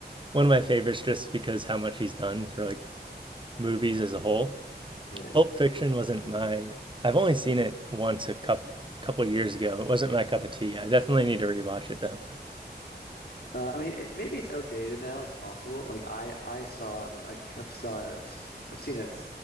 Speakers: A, on the right; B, on the left.
A: one of my favorites just because how much he's done for like movies as a whole.
B: Right.
A: Pulp Fiction wasn't my. I've only seen it once a cup, couple years ago. It wasn't my cup of tea. I definitely need to rewatch it though.
B: Uh, I mean, it, maybe it's outdated now. It's possible. Like I, I saw it. Like I've saw it. I've seen it